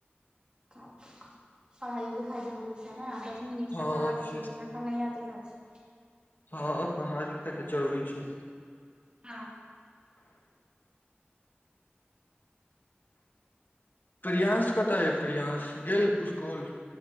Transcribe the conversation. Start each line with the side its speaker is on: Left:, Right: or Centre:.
Right: पढ़ायो लिखायो जरुरि छैय ने दस मिनिक्स
Left: हँ
Right: करा द
Left: से
Right: छै कनया त इहै छै
Left: हँ पढ़ाइ लिखाइ तऽ जरूरी छै
Right: ह
Left: प्रियंश कतऽ या प्रियंश गेल स्कूल